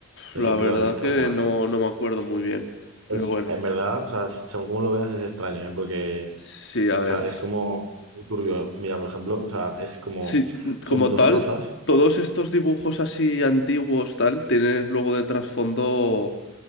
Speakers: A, on the right; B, on the left.
A: No
B: La
A: sé si te
B: verdad
A: lo has visto
B: que
A: alguna
B: no,
A: vez.
B: no me acuerdo muy bien,
A: Es-
B: pero bueno,
A: en verdad, o sea, según como lo veas, es extraño, ¿eh? Porque,
B: sí, a
A: o
B: ver.
A: sea, es como muy turbio. Mira, por ejemplo, o sea, es como,
B: Sí,
A: son
B: como
A: dos
B: tal,
A: tazas.
B: todos estos dibujos así antiguos, tal, tienen luego de trasfondo